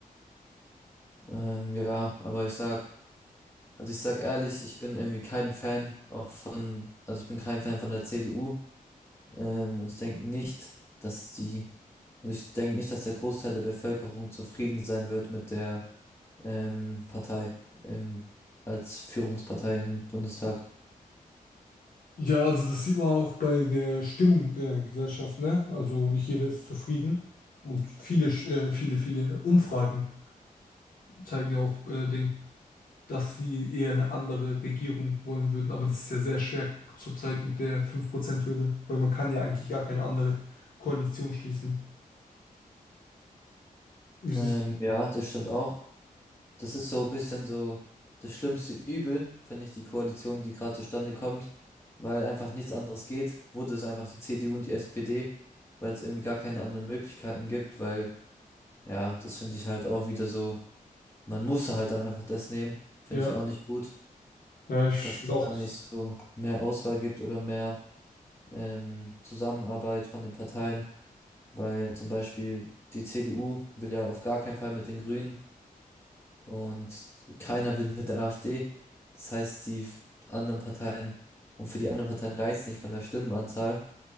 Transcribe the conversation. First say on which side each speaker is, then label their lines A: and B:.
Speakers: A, on the left; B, on the left.
A: Ähm, ja, aber ich sag, also ich sag ehrlich, ich bin irgendwie kein Fan auch von, also ich bin kein Fan von der CDU. Ähm, und ich denke nicht, dass die, also ich denke nicht, dass der Großteil der Bevölkerung zufrieden sein wird mit der ähm, Partei im, als Führungspartei im Bundestag.
B: Ja, also das sieht man auch bei der Stimmung der Gesellschaft, ne? Also nicht jeder ist zufrieden. Und viele, sch- äh, viele, viele Umfragen zeigen ja auch äh, Ding, dass sie eher eine andere Regierung wollen würden. Aber das ist ja sehr schwer zurzeit mit der fünf Prozent hürde weil man kann ja eigentlich gar keine andere Koalition schließen. Wie
A: Ähm,
B: siehst du?
A: ja, das stimmt auch. Das ist so ein bisschen so das schlimmste Übel, finde ich, die Koalition, die gerade zustande kommt, weil einfach nichts anderes geht. Wurde es einfach die CDU und die SPD, weil es irgendwie gar keine anderen Möglichkeiten gibt, weil, ja, das finde ich halt auch wieder so, man muss halt dann einfach das nehmen. Finde
B: Ja,
A: ich auch nicht gut,
B: ja, ich
A: dass
B: finde
A: es
B: auch
A: da
B: das.
A: nicht so mehr Auswahl gibt oder mehr. ähm, Zusammenarbeit von den Parteien, weil zum Beispiel die CDU will ja auf gar keinen Fall mit den Grünen und keiner will mit der AfD. Das heißt, die anderen Parteien, und für die anderen Parteien reicht es nicht von der Stimmenanzahl.